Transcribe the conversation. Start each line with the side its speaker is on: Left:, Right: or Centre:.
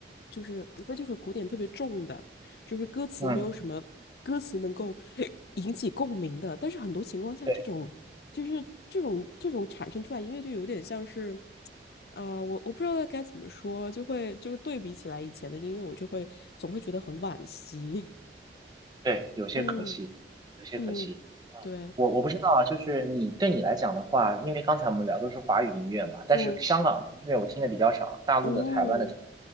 Left: 就是无非就是古典特别重的，就是歌词没有什么歌词能够
Right: 嗯，
Left: <laughs> <sucks teeth> 引起共鸣的，但是很多情况下，
Right: 对
Left: 这种就是这种这种产生出来音乐就有点像是，啊、我我不知道该怎么说，就会就是对比起来以前的音乐，我就会总会觉得很惋惜。
Right: 对，
Left: <laughs>
Right: 有些可惜，
Left: 嗯
Right: 有些可惜。
Left: 嗯，对，
Right: 我我不知道啊，就是你对你来讲的话，因为刚才我们聊都是华语音乐嘛，但是香港的音乐我听的比较少，
Left: 嗯
Right: 大陆的、
Left: 嗯。
Right: 台湾的听，